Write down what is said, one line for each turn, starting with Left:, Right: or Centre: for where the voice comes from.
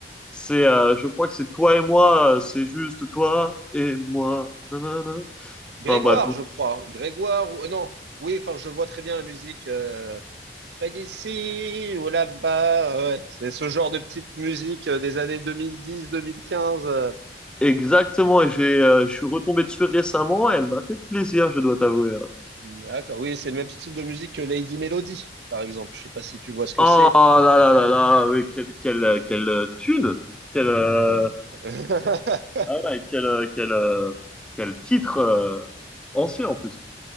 Centre: c'est, euh, je crois que c'est toi et moi, euh, c'est juste toi et moi. Nanana.
Right: Grégoire,
Centre: Enfin bref.
Right: je crois. Grégoire, ou... euh, non, oui, enfin, je vois très bien la musique. euh, pas d'ici ou là-bas. ouais. C'est ce genre de petite musique euh, des années 2010-2015. euh.
Centre: Exactement, et j'ai, euh, je suis retombé dessus récemment et elle m'a fait plaisir, je dois t'avouer.
Right: D'accord, oui, c'est le même style de musique que Lady Melody, par exemple. Je sais pas si tu vois ce que
Centre: Oh
Right: c'est.
Centre: là là là là, oui, quelle, quelle, euh, quelle euh, thune, quelle, euh,
Right: Ouais. <laughs>
Centre: ah ouais, quel, euh, quel, euh, quel titre euh, ancien en plus.